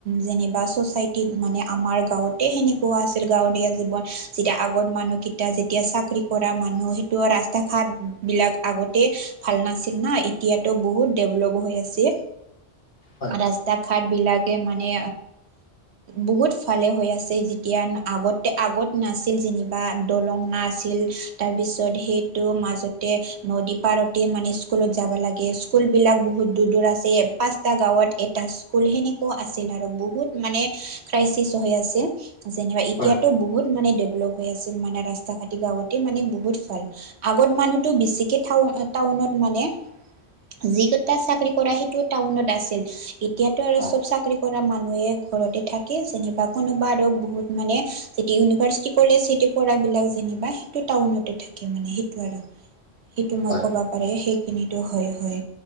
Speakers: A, on the right (about 85°); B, on the left (about 60°).
A: যেনিবা ছচাইটিত মানে আমাৰ গাঁৱত। সেনেকুৱা আছিল গাঁৱলীয়া জীৱন যেতিয়া আগত মানুহকেইটা যে এতিয়া চাকৰি কৰা মানুহ সেইটো ৰাস্তা-ঘাট বিলাক আগতে ভাল নাছিল না এতিয়াতো বহুত ডেভলপ হৈ আছে
B: হয়।
A: ৰাস্তা-ঘাট বিলাক। মানে বহুত ফালে হৈ আছে যেতিয়া আগতে আগ নাছিল যেনিবা দলং। আছিল তাৰ পিছত সেইটো মাজতে নদী পাৰতে মানে স্কুলত যাব লাগে স্কুলবিলাক বহুত দূৰ দূৰ আছে পাঁচটা গাঁৱত এটা। ত সেনেকুৱা আছিল আৰু বহুত মানে ক্ৰাইচিছ হৈ আছিল। যেনিবা এতিয়াতো
B: হয়
A: বহুত মানে ডেভেলপ হৈ আছিল মানে ৰাস্তা, ৰাতি গাঁৱতে মানে বহুত ভাল আগত মানুহতটো বেছিকে টান টাউনত মানে, যিকেইটা চাকৰি কৰা সেইটো টাউনত আছিল এতিয়াতো আৰু
B: অ।
A: চব চাকৰি কৰা মানুহে ঘৰতে থাকে যেনিবা কোনোবা আৰু বহুত মানে যেতিয়া ইউনিভাৰ্চিটি, <unintelligible> চিটি পৰা বিলাক যে। যেনিবা সেইটো টাউনতে থাকে মানে সেইটো আৰু সেইটো মই
B: হয়
A: ক'বা পাৰে সেইখিনিত, হয় হয় হয়